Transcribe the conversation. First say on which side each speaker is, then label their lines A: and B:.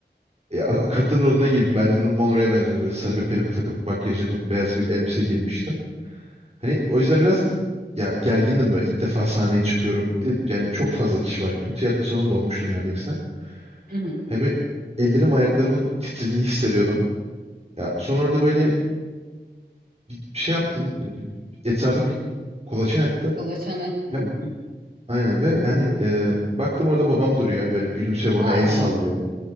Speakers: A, on the right (about 35°); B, on the right (about 55°).
A: e, a- kadın rolüne girmiş, Marilyn Monroe'ya benziyordum. Böyle sarı bir peruk takıp, makyaj yapıp, beyaz bir elbise girmiştim. Hani o yüzden biraz ya gergindim böyle. İlk defa sahneye çıkıyorum. Bir de yani çok fazla kişi var. Tüm tiyatro salonu dolmuştu neredeyse.
B: Hı hı.
A: Hani böyle ellerim, ayaklarımın titrediğini hissediyordum. Ya sonra orada böyle bir şey yaptım. Bir- bir- Etrafı bir kolaçan ettim.
B: Kılıçan ettin.
A: Ya, aynen ve hani e, baktım orada babam duruyor böyle gülümsüyor bana
B: Ay.
A: el sallıyor.